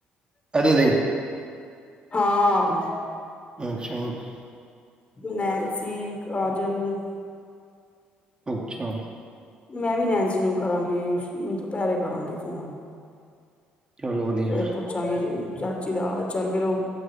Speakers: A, on the right (about 25°); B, on the left (about 30°).
A: ਅ ਦੇ
B: ਹਾਂ।
A: ਅੱਛਾ ਜੀ,
B: ਨੈਨਸੀ। ਰਾਜਨ।
A: ਅੱਛਾ।
B: ਮੈਂ ਵੀ ਨੈਨਜੀ ਨੂੰ ਕਰਾਂਗੀ। ਦੁਪਹਿਰੇ ਕਰਾਂਗੇ ਫੋਨ
A: ਚਲੋ ਵਧੀਆ
B: ਫੇਰ ਪੁੱਛਾਂਗੀ ਜੀ। ਚਾਚੀ ਦਾ ਹਾਲ ਚਾਲ ਫੇਰ ਉਹ